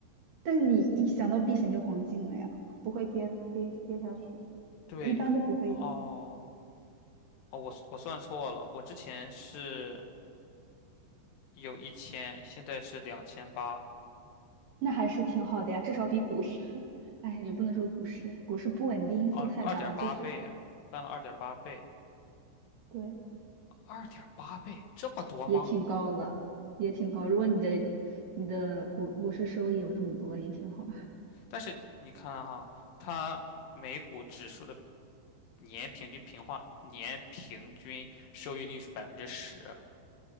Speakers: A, on the right; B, on the left.
A: 但是你一想到避险就黄金了呀，它不会跌跌跌下去的，
B: 对，
A: 一般都不会
B: 哦，哦，我我算错了，我之前是有一千，现在是两千八，
A: 那还是挺好的呀，至少比股市，<laughs> 哎，也不能说股市，股市不稳定因素太大了，
B: 哦，二点八倍哎，
A: 就是
B: 翻了二点八倍，
A: 对，
B: 二点八倍这么多吗？
A: 也挺高了，也挺高。如果你的你的股股市收益有这么多，也挺好，
B: 但是你看哈，它美股指数的年平均平化年平均收益率是百分之十，